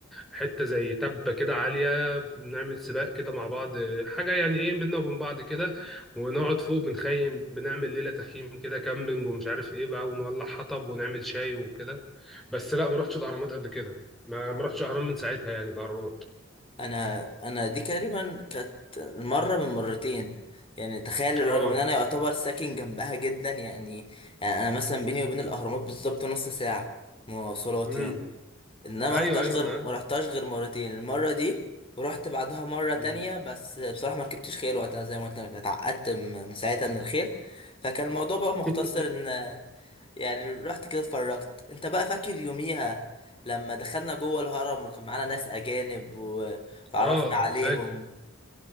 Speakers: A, in the centre; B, on the left.
A: حته زي تبه كده عاليه بنعمل سباق كده مع بعض آه، حاجه يعني ايه بينا وبين بعض كده ونقعد فوق بنخيم بنعمل ليله تخييم كده كامبينج ومش عارف ايه بقى ونولع حطب ونعمل شاي وكده بس لا ما رحتش الاهرامات قبل كده ما ما رحتش اهرام من ساعتها يعني الاهرامات
B: انا انا دي تقريبا كانت مره من مرتين يعني تخيل
A: اه
B: رغم ان انا يعتبر ساكن جنبها جدا يعني يعني انا مثلا بيني وبين الاهرامات بالظبط نص ساعه مواصلات
A: امم
B: يعني ان انا ما
A: ايوه
B: رحتهاش
A: ايوه
B: غير ما رحتهاش غير مرتين المره دي ورحت بعدها مره تانية
A: مم.
B: بس بصراحه ما ركبتش خيل وقتها زي ما قلت لك اتعقدت م- من ساعتها من الخيل فكان الموضوع بقى مختصر
A: <laughs>
B: ان يعني رحت كده اتفرجت انت بقى فاكر يوميها لما دخلنا جوه الهرم وكان معانا ناس اجانب و- وتعرفنا
A: اه
B: عليهم
A: فاكر